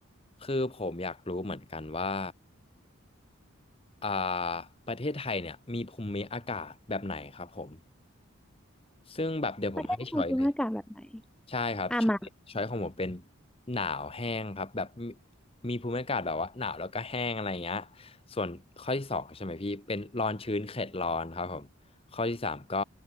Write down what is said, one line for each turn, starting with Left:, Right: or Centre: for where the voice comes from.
Left: คือผมอยากรู้เหมือนกันว่าอ่าประเทศไทยเนี่ยมีภูมิอากาศแบบไหนครับผมซึ่งแบบเดี๋ยวผมให้ช้อยเลย
Centre: ประเทศไทยภูมิอากาศแบบไหน
Left: ใช่ครับช้อยช้อยของผมเป็น
Centre: อ่ะมา
Left: หนาวแห้งครับแบบมีมีภูมิอากาศแบบว่าหนาวแล้วก็แห้งอะไรเงี้ยส่วนข้อที่สองใช่ไหมพี่เป็นร้อนชื้นเขตร้อนครับผมข้อที่สามก็